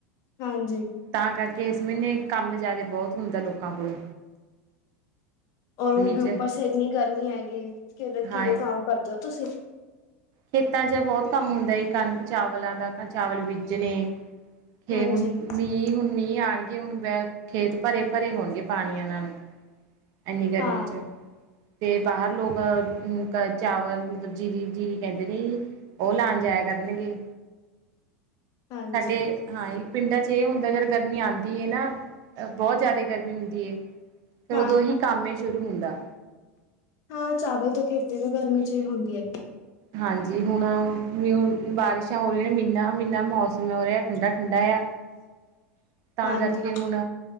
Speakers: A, on the left; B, on the right.
A: ਹਾਂਜੀ
B: ਤਾਂ ਕਰਕੇ ਇਸ ਮਹੀਨੇ ਕੰਮ ਜ਼ਿਆਦਾ ਬੋਤ ਹੁੰਦਾ ਲੋਕਾਂ ਕੋਲੋ।
A: ਔਰ ਉਹ ਵੀ
B: 'ਚ
A: ਉੱਪਰ ਸ ਇੰਨੀ ਗਰਮੀ ਹੈਗੀ ਕਿ
B: ਹਾਂ
A: ਕਿਵੇਂ ਕੰਮ ਕਰਦੇ ਔ ਤੁਸੀਂ।
B: ਖੇਤਾਂ ਚ ਬਹੁਤ ਕੰਮ ਹੁੰਦਾ ਜੀ ਕਣਕ ਚਾਵਲਾਂ ਦਾ ਚਾਵਲ ਬੀਜਣੇ। ਖੇ
A: ਹਾਂਜੀ
B: ਹੁਣ ਮੀਂਹ ਹੁਣ ਮੀਂਹ ਆਣਗੇ ਹੁਣ ਬ ਖੇਤ ਭਰੇ-ਭਰੇ ਹੋਣਗੇ ਪਾਣੀਆਂ ਨਾਲ। ਇੰਨੀਂ ਗਰਮੀ
A: ਹਾਂ
B: ਚ। ਤੇ ਬਾਹਰ ਲੋਕ ਕ ਚਾਵਲ ਮਤਲਬ ਜੀਰੀ ਜੀਰੀ ਕਹਿੰਦੇ ਨੇ। ਉਹ ਲਾਣ ਜਾਇਆ ਕਰਨਗੇ,
A: ਹਾਂਜੀ
B: ਸਾਡੇ ਹਾਂਜੀ ਪਿੰਡਾਂ ਚ ਇਹ ਹੁੰਦਾ ਜਾਰ ਗਰਮੀ ਆਂਦੀ ਏ ਨਾ ਬਹੁਤ ਜ਼ਿਆਦਾ ਗਰਮੀ ਹੁੰਦੀ ਐ। ਫਿਰ
A: ਹਾਂ
B: ਉਦੋਂ ਉਹੀ ਕੰਮ ਏ ਸ਼ੁਰੂ ਹੁੰਦਾ।
A: ਹਾਂ ਚਾਵਲ ਤੋਂ ਖੇਰਤੀਦੇ ਜੋ ਗਰਮੀ ਚ ਈ ਹੁੰਦੀ ਐ।
B: ਹਾਂਜੀ ਹੁਣ ਹੁ ਬਾਰਿਸ਼ਾਂ ਹੋ ਰਈਆਂ ਨੇ ਮ੍ਹੀਨਾ -ਮ੍ਹੀਨਾ ਮੌਸਮ ਹੋ ਰਿਹਾ ਠੰਡਾ-ਠੰਡਾ ਆ। <inaudible> ਤਾਂ
A: ਹਾਂਜੀ
B: ਕਰਕੇ ਹੁਣ